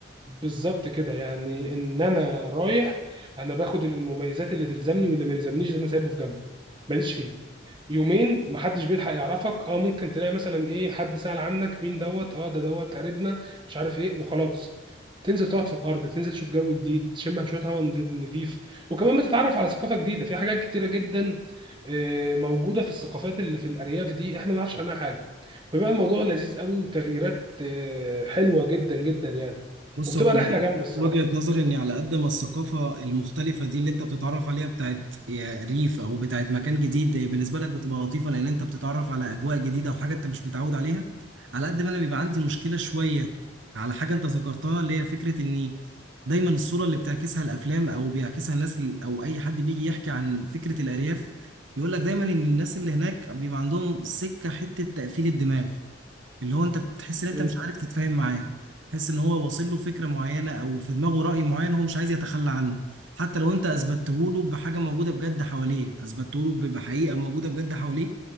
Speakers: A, on the right; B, on the right.
A: بالظبط كده يعني ان انا رايح انا باخد المميزات اللي تلزمني واللي ما يلزمنيش ده انا سايبه في جنب ماليش فيه يومين محدش بيلحق يعرفك اه ممكن تلاقي مثلا ايه حد سأل عنك مين دوت اه ده دوت قريبنا مش عارف ايه وخلاص تنزل تقعد في الارض تنزل تشوف جو جديد تشم شويه هواء نضيف وكمان بتتعرف على ثقافه جديده في حاجات كتيره جدا آه، موجوده في الثقافات اللي في الارياف دي احنا ما نعرفش عنها حاجه فبيبقى الموضوع لذيذ قوي وتغييرات آه، حلوه جدا جدا يعني
B: بص
A: وبتبقى
B: هو انا
A: رحله جامده الصراحه
B: وجهة نظري اني على قد ما الثقافة المختلفة دي اللي انت بتتعرف عليها بتاعت يا ريف او بتاعت مكان جديد هي بالنسبة لك بتبقى لطيفة لان انت بتتعرف على اجواء جديدة وحاجة انت مش متعود عليها على قد ما انا بيبقى عندي مشكلة شوية على حاجة انت ذكرتها اللي هي فكرة اني دايما الصورة اللي بتعكسها الافلام او بيعكسها الناس ال- او اي حد بيجي يحكي عن فكرة الارياف بيقول لك دايما ان الناس اللي هناك بيبقى عندهم سكة حتة تقفيل الدماغ اللي هو انت بتحس ان انت
A: امم
B: مش عارف تتفاهم معاه تحس ان هو واصل له فكره معينه او في دماغه راي معين هو مش عايز يتخلى عنه حتى لو انت اثبته له بحاجه موجوده بجد حواليه اثبته له ب- بحقيقه موجوده بجد حواليه